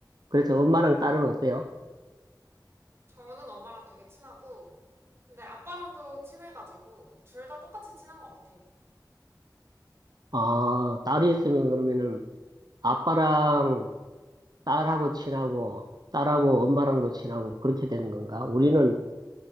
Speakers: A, on the right; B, on the right.
A: 그래서 엄마랑 딸은 어때요?
B: 저는 엄마랑 되게 친하고 근데 아빠랑도 친해가지고 둘 다 똑같이 친한 것 같아요.
A: 아, 딸이 있으면 그러면은 아빠랑 딸하고 친하고, 딸하고 엄마랑도 친하고, 그렇게 되는 건가? 우리는